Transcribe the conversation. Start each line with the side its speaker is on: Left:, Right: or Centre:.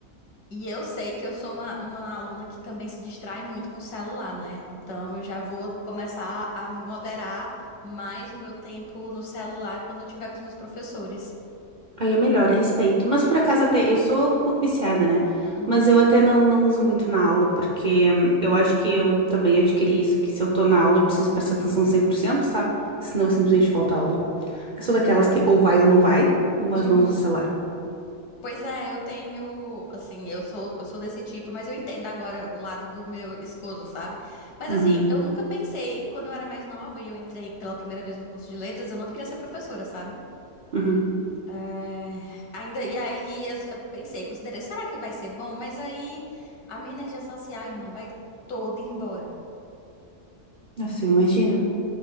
Left: E eu sei que eu sou uma, uma aluna que também se distrai muito com o celular, né? Então eu já vou começar a moderar mais o meu tempo no celular quando eu tiver com os meus professores.
Right: Aí é melhor, é respeito. Mas por acaso até, eu sou um pouco viciada, né?
Left: Uhum.
Right: Mas eu até não, não uso muito na aula, porque hum, eu acho que eu também adquiri isso, que se eu tô na aula, eu preciso prestar atenção 100%, sabe? Senão eu simplesmente falto aula. Eu sou daquelas que ou vai ou não vai, mas
Left: Uhum.
Right: não uso o celular.
Left: Pois é, eu tenho, assim, eu sou, eu sou desse tipo, mas eu entendo agora o lado do meu esposo, sabe? Mas
Right: Uhum,
Left: assim, eu nunca pensei, quando eu era mais nova e eu entrei pela primeira vez no curso de letras, eu não queria ser professora, sabe?
Right: uhum.
Left: É, ainda, e aí eu, eu pensei, considerei, será que vai ser bom? Mas aí a minha energia social, irmã, vai toda embora.
Right: Nossa, eu imagino.